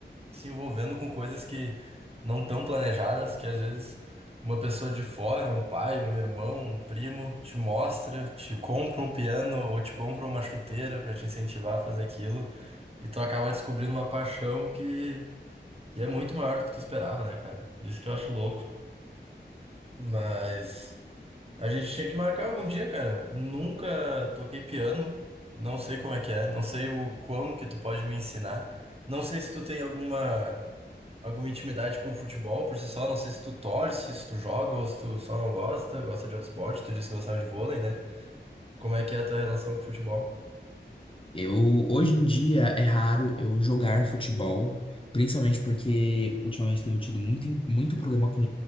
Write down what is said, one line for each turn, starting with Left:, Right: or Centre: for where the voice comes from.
Right: se envolvendo com coisas que não tão planejadas, que às vezes uma pessoa de fora, um pai, um irmão, um primo, te mostra, te compra um piano ou te compra uma chuteira pra te incentivar a fazer aquilo, e tu acaba descobrindo uma paixão que, que é muito maior do que tu esperava, né, cara? Isso que eu acho louco. Mas. A gente tinha que marcar algum dia, cara. Nunca toquei piano. Não sei como é que é. Não sei o quão que tu pode me ensinar. Não sei se tu tem alguma alguma intimidade com futebol por si só. Não sei se tu torce, se tu joga ou se tu só não gosta, gosta de outro esporte. Tu disse que gostava de vôlei, né? Como é que é a tua relação com futebol?
Left: Eu, hoje em dia, é raro eu jogar futebol, principalmente porque ultimamente tenho tido muito, muito problema com